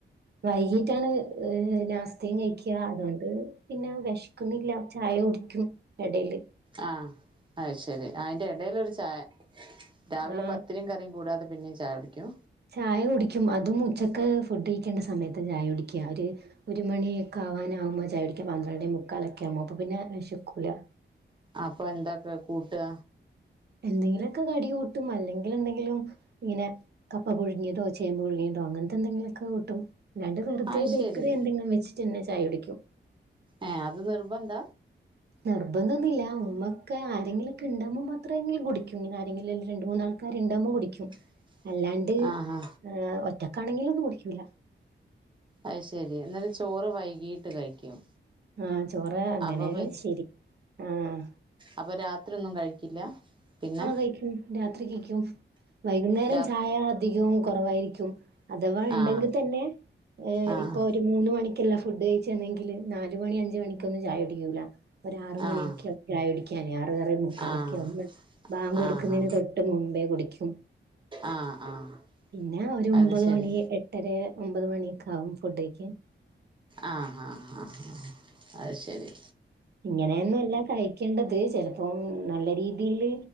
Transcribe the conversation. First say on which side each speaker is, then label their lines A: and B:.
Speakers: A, on the right (about 55°); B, on the right (about 25°).
A: വൈകിട്ടാണ് ഏഹ് നാസ്തിം കഴിക്ക അതുകൊണ്ട് പിന്നെ വെഷ്ക്കുന്നില്ല ചായ കുടിക്കും എടേല്.
B: ആഹ് അത് ശെരി അയിന്റെ എടേലൊരു ചായ രാവിലെ
A: ആഹ്
B: പത്തിരിം കറിം കൂടാതെ പിന്നിം ചായകുടിക്കും
A: ചായ കുടിക്കും അതും ഉച്ചക്ക് ഫുഡ് കഴിക്കേണ്ട സമയത്താചായ കുടിക്ക ഒര് ഒര് മണിക്കെ ആവാനാവുമ്പോ ചായ കുടിക്കും പന്ത്രണ്ട് മുക്കാലൊക്കെ ആവുമ്പോ അപ്പൊ പിന്നെ വെഷക്കൂല.
B: അപ്പൊ എന്തൊക്കെ കൂട്ടാ
A: എന്തെങ്കിലൊക്കെ കടി കൂട്ടും അല്ലെങ്കിൽ എന്തെങ്കിലും ഇങ്ങനെ കപ്പ പുഴുങ്ങിയതോ ചേമ്പ് പുഴുയതോ അങ്ങൻത്തെ എന്തെങ്കിലുമൊക്കെ കൂട്ടും. അല്ലാണ്ട് വെർതെ
B: അത്
A: ബേക്കറി
B: ശരി
A: എന്തെങ്കിലും വെച്ചിട്ടെ ന്നെ ചായ കുടിക്കും.
B: ഏഹ് അത് നിർബന്ധാ?
A: നിർബന്ധൊന്നുമില്ല ഉമ്മക്കെ ആരെങ്കിലൊക്കെ ഇണ്ടാമ്പോൾ മാത്രമേെങ്കിലും കുടിക്കും ഇങ്ങനെ ആരെങ്കിലും രണ്ട് മൂന്നാൾ ക്കാര് ഇണ്ടാവുമ്പോകുടിക്കും.
B: <inaudible>
A: അല്ലാണ്ട്
B: ആഹാ
A: ഏ ഒറ്റക്കാണെങ്കിലൊന്നും കുടിക്കൂല.
B: അഹ് ശെരി ഇന്നെട്ട് ചോറ് വൈകീട്ട് കഴിക്കും.
A: ആഹ് ചോറ് അങ്ങനെങ്കി
B: അപ്പൊ പി
A: ശെരി ആഹ്.
B: അപ്പൊ രാത്രി ഒന്നും കഴിക്കില്ല. പിന്നെ
A: ആഹ് കഴിക്കും രാത്രി കഴിക്കും വൈകുന്നേരം
B: രാ
A: ചായ അധികം കുറവായിരിക്കും. അഥവാ ഇണ്ടെങ്കി
B: ആഹ്
A: തെന്നെ
B: ആഹ്
A: ഇപ്പോ ഒര് മൂന്ന് മണിക്കല്ല ഫുഡ് കഴിച്ചെന്നെങ്കില് ന്നാല് മണി അഞ്ചുമണിക്കൊന്നും ചായകുടിക്കൂല. ഒര് ആർ മണിയൊക്കെ
B: ആഹ്
A: ആകും ചായ കുടിക്കാന് ആർ ആറേ മുക്കാലൊക്കെവും
B: ആഹ്
A: ബാങ്ക് കൊടുക്കുന്നതിനെ
B: ആഹ്
A: തൊ ട്ട് മുമ്പേ കുടിക്കും.
B: ആഹ്, ആഹ്.
A: പിന്നെ ഒര്ഒമ്പത്
B: അത് ശരി
A: മണി എട്ടെര ഒമ്പത് മണിയൊക്കെ ആകും ഫുഡയ്ക്കാൻ.
B: ആഹ്, ആഹ ആഹ്, അത് ശെരി.
A: ഇങ്ങനെയൊന്നുംഅല്ല കഴിക്കേണ്ടത് ചിലപ്പോം ന്നല്ലെ രീതിയില്